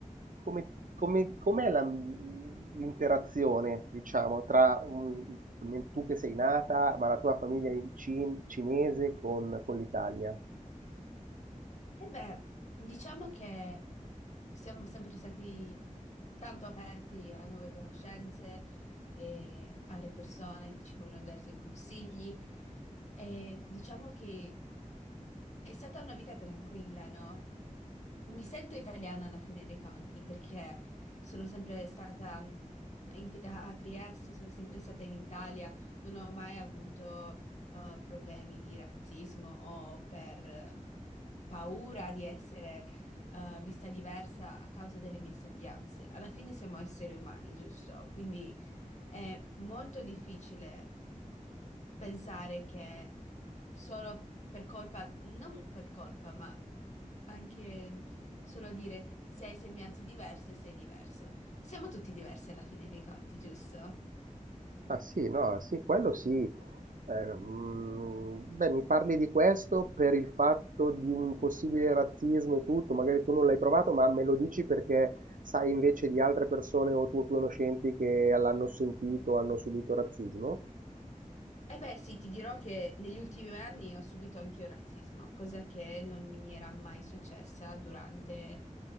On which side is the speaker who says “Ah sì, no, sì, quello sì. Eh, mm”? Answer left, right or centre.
Right